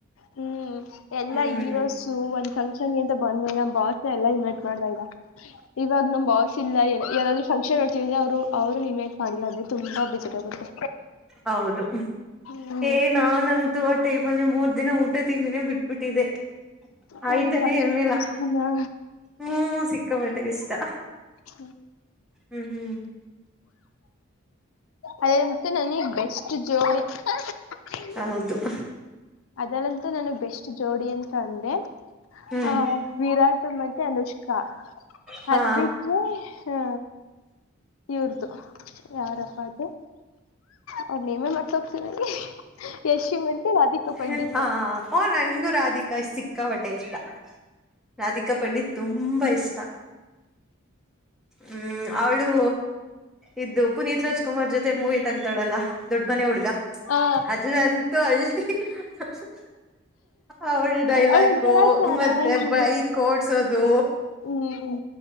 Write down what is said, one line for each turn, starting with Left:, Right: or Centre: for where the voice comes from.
Left: ಹ್ಮ ಎಲ್ಲಾ
Centre: ಹ್ಮ್
Left: ಈರೋಸ ಒಂದ್ ಫಂಕ್ಷನ್ಗಂತ ಬಂದ್ಮೇಲೆ ನಮ್ ಬಾಸ್ ಎಲ್ಲ ಇನ್ವೈಟ್ ಮಾಡತ ಇದ ಇವಾಗ ನಮ್ ಬಾಸ್ ಇಲ್ಲಲ ಯಾರಾದ್ರು ಫಂಕ್ಷನ್ ನಡ್ತಿದ್ರ ಅವರು ಅವ್ರನ್ನ ಇನ್ವೈಟ್ ಮಾಡಿಲ್ಲಂದ್ರೆ ತುಂಬಾ ಬೇಜಾರ್ ಆಗುತ್ತೆ.
Centre: ಹೌದು
Left: ಹ್ಮ್
Centre: ಏ ನಾನಂತು ಟೈಮ್ ಅಲ್ಲಿ ಮೂರ್ ದಿನ ಊಟ ತಿಂದಿನೇ ಬಿಟ್ಬಿಟ್ಟಿದೆ.
Left: ಓ
Centre: ಆಯ್ತನೇ
Left: ನಿಮ್ಗೆ ಅಷ್ಟೊಂದು
Centre: ಇರಲಿಲ್ಲಾ
Left: ಇಷ್ಟನಾ
Centre: ಹ್ಮ್ ಸಿಕ್ಕಬ ಇಷ್ಟ.
Left: ಹ
Centre: ಹ್ಮ್ ಹ್ಮ್
Left: ಅದೇ ಮತ್ತ ಬೆಸ್ಟ್ ಜೋಡಿ. <unintelligible>
Centre: ಹೌದು
Left: ಅದರಲ್ಲಂತೂ ನನಗ್ ಬೆಸ್ಟ್ ಜೋಡಿ ಅಂತ ಅಂದೇ
Centre: ಹ್ಮ್
Left: ಆ ವಿರಾಟ್ ಮತ್ತೆ ಅನುಷ್ಕಾ.
Centre: ಹಾ
Left: ಅದ್ ಬಿಟ್ರೆ ಅ ಇವ್ರುದು. ಯಾರಪ್ಪ ಅದು ಅವ್ರ ನೇಮೆ ಮರ್ತ ಹೋಗ್ ಯಶ ಮತ್ತು ರಾಧಿಕಾ. ಪಂಡಿತ್
Centre: ಹ ಓ ನಂಗೂನು. ಧಿಕಾ ಸಿಕ್ಕಾಪಟ್ಟೆ ಇಷ್ಟ. ರಾಧಿಕಾ ಪಂಡಿತ್ ತುಂಬಾ ಇಷ್ಟ. ಹ್ಮ್ ಅವಳು. ಇದ್ದು ಪುನೀತ್ ರಾಜ್ಕುಮಾರ್ ಜೊತೆ ಮೂವಿ ತಗ್ದಾಳಲ್ಲಾ ದೊಡ್ಡ ಮನೆ ಹುಡ್ಗ.
Left: ಆ
Centre: ಅದಂತೂ ಅಲ್ಟ <unintelligible> ಅವಳ ಡೈಲಾಕೂ
Left: ಅವಳೊಂಥರ ಚೆನ್ನಾಗಿ
Centre: ಮತ್ತೆ ಬೈಕ್ ಓಡ್ಸೋದು
Left: ಹ್ಮ್